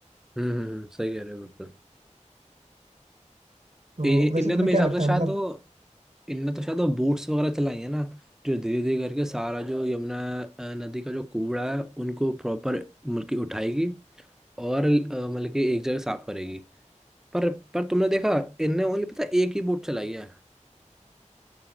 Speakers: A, in the centre; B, on the right.
A: हम्म हम्म, हम्म, सही कह रहे हो बिल्कुल
B: तो
A: इ- इ-
B: वैसे
A: इनने
B: तुम्हें
A: तो मेरे
B: क्या
A: हिसाब
B: लगता
A: से
B: है
A: शायद
B: मतलब
A: वो इनने तो शायद वो बोट्स वगैरह चलाई है ना जो धीरे धीरे करके सारा जो यमुना अ, नदी का जो कूड़ा है उनको प्रॉपर मतलब कि उठाएगी और अ, मतलब कि एक जगह साफ करेगी पर पर तुमने देखा इनने ओनली पता है एक ही बोट चलाई है